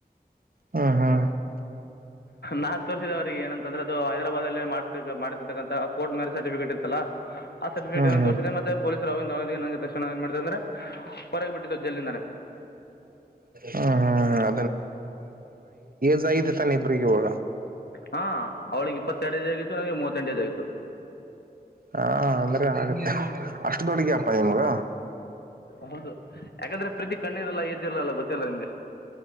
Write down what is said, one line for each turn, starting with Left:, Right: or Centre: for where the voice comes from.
Right: ಹ್ಮ ಹ್ಮ
Left: ನಾ ತೋರಿಸಿದ ಅವ್ರಿಗೆ ಏನಂತಂದ್ರೆ ಅದು ಹೈದರಾಬಾದಲ್ಲೇ ಮಾಡ್ತಿ ಮಾಡಿತಿರ್ತಕ್ಕಂತ ಕೋರ್ಟ್ ಮ್ಯರೆ ಸರ್ಟಿಫಿಕೇಟ್ ಇತ್ತಲ್ಲ ಆ ಸರ್ಟಿಫಿಕೇಟ್
Right: ಹ್ಮ್ ಹ್ಮ್
Left: ತೋರಿಸಿದೆ ಮತ್ತೆ ಪೊಲೀಸರು ಅವ ನ ತಕ್ಷ ಏ ಮಾಡತ ಅಂದ್ರೆ ಹೊರಗ ಬಿಟ್ಟಿದ್ದು ಜಲ್ಲಿಿಂದಾನೇ
Right: ಹ್ಮ ಹ್ಮ ಮದ್ವೆ ಆಗಿದೆ ತಾನೆ ಇಬ್ರಿಗೆ ಇವಾಗ
Left: ಹಾ ಅವಳಿಗೆ ಇಪ್ಪತ್ತೆರಡದ ಆಗತ್ತು ನಂಗೆ ಮೂವತ್ತೆಂಟೇದ ಆಗತ್ತು
Right: ಹಾ ಅಂದ್ರೆ ಆಗತ್ತೆ ಅಷ್ಟು ತೊಡಗಪ್ಪಾ ನಿಮ್ಗ
Left: ಹೌದು ಯಾಕಂದ್ರೆ ಪ್ರೀತಿ ಕಣ್ಣಿರಲ್ಲ ಎಜದ್ದಿರಲ ಅಲ್ಲ ಗೊತ್ತಿಲ್ಲ ನಿಮ್ಗೆ